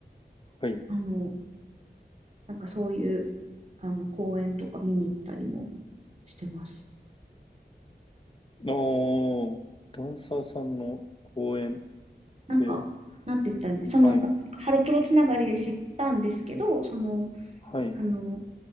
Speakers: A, on the left; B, on the right.
A: はい。
B: あの、なんかそういう、あの、公演とか見に行ったりもしてます。
A: おー、ダンサーさんの公演っ
B: なんか、
A: て、
B: なんて言ったらいいのその、
A: はい。
B: ハロプロつながりで知ったんですけど、その、
A: はい。
B: あの、